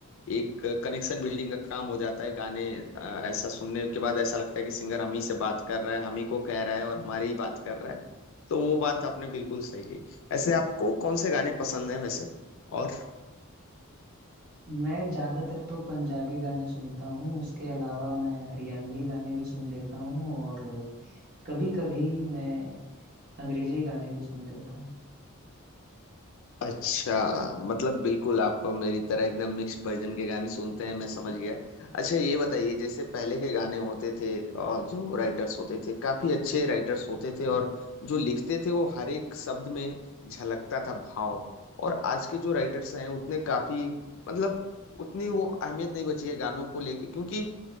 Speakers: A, on the left; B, on the right.
A: एक कनेक्शन बिल्डिंग का काम हो जाता है गाने अ, ऐसा सुनने के बाद ऐसा लगता है कि सिंगर हम ही से बात कर रहा है हम ही को कह रहा है और हमारी ही बात कर रहा है तो वो बात आपने बिल्कुल सही कही ऐसे आपको कौन से गाने पसंद हैं वैसे और
B: मैं ज्यादातर तो पंजाबी गाने सुनता हूँ उसके अलावा मैं हरियाणवी गाने भी सुन लेता हूँ और कभी कभी मैं अंग्रेजी गाने भी सुन लेता हूँ
A: अच्छा मतलब बिल्कुल आप मेरी तरह एकदम मिक्स वर्जन के गाने सुनते हैं मैं समझ गया अच्छा ये बताइए जैसे पहले के गाने होते थे और जो राइटर्स होते थे काफी अच्छे राइटर्स होते थे और जो लिखते थे वो हर एक शब्द में झलकता था भाव और आज के जो राइटर्स हैं उतने काफी मतलब उतनी वो अहमियत नहीं बची है गानों को लेके क्योंकि